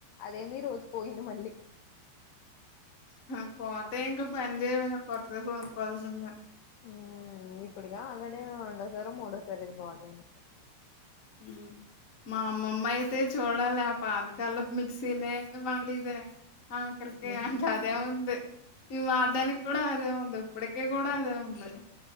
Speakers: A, on the left (about 75°); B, on the left (about 30°).
A: అదేమో ఈ రోజు పోయింది మళ్ళీ
B: హూ పోతే ఇంకా పని చేయవు ఇంకా కొత్తది కొనుక్కోవాల్సిందే
A: హుమ్ ఇప్పుడుగా ఆల్రెడీ రెండోసారి మూడోసారి ఇది బా చేయించడం
B: హ్మ్ మా అమ్మమ్మ అయితే చూడాలి ఆ పాతకాలపు మిక్సీనే వాడేదే ఆఖరికి
A: ఉహు
B: ఇంక అదే అవుది మేము వాడడానికి కూడా అదే ఉంది ఇప్పటికే కూడా అదే ఉంది